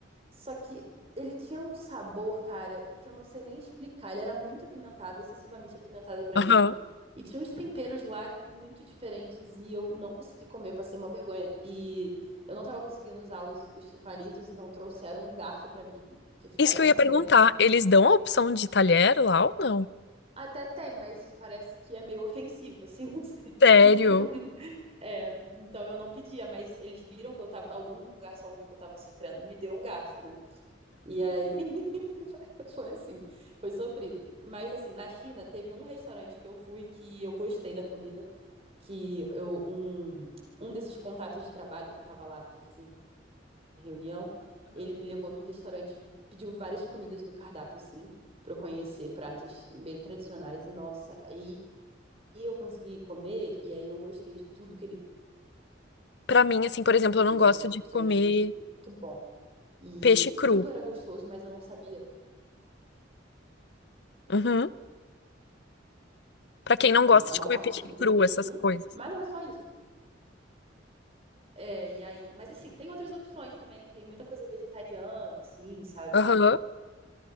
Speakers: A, on the right; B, on the left.
A: só que ele tinha um sabor, cara, que eu não sei nem explicar. Ele era muito apimentado, excessivamente apimentado pra
B: Aham.
A: mim. E tinha uns temperos lá muito diferentes e eu não consegui comer, eu passei uma vergonha. E eu não tava conseguindo usar os, os palitos, então trouxeram um garfo pra mim, porque ficaram
B: Isso que eu
A: com
B: ia perguntar.
A: pena.
B: Eles dão a opção de talher lá ou não?
A: Até tem, mas parece que é meio ofensivo, assim, <laughs> você
B: Sério?
A: pedir um É, então eu não pedia, mas eles viram que eu tava. Algum garçom viu que eu tava sofrendo e me deu um garfo, né? E aí <laughs> foi assim, foi sofrido. Mas assim, na China teve um restaurante que eu fui que eu gostei da comida, que eu, um, um desses contatos de trabalho que eu tava lá para fazer reunião, ele me levou num restaurante, pediu várias comidas do cardápio, assim, para eu conhecer pratos bem tradicionais. E nossa, aí eu consegui comer, e aí eu gostei de tudo que ele
B: Pra mim, assim, por exemplo,
A: pediu.
B: eu não gosto
A: Era um restaurante
B: de comer
A: muito, muito bom. E
B: peixe cru.
A: tudo era gostoso, mas eu não sabia.
B: Uhum. Pra quem não gosta
A: A
B: de
A: maior
B: comer
A: parte
B: peixe
A: das comidas
B: cru,
A: é peixe
B: essas
A: cru,
B: coisas.
A: mas não é só isso. É, e aí, mas assim, tem outras opções também, tem muita coisa vegetariana, assim, sabe?
B: Aham.